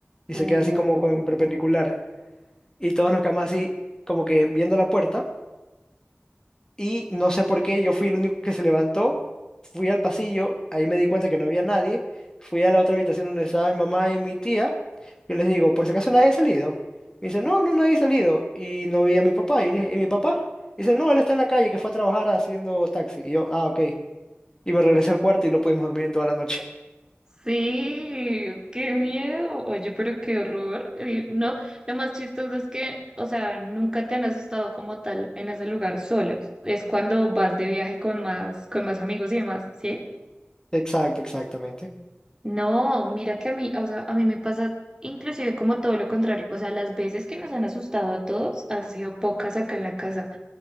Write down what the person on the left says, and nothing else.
y
se queda así como con perpendicular y todos nos quedamos así como que viendo la puerta y no sé por qué, yo fui el único que se levantó, fui al pasillo, ahí me di cuenta que no había nadie, fui a la otra habitación donde estaba mi mamá y mi tía, yo les digo, por si acaso nadie ha salido. Me dice, no, no, nadie ha salido. Y no vi a mi papá, yo le dije, ¿y mi papá? Dice, no, él está en la calle, que fue a trabajar haciendo taxi. Y yo, ah, ok. Y me regresé al cuarto y no pudimos dormir en toda la noche.
<laughs> Exacto, exactamente.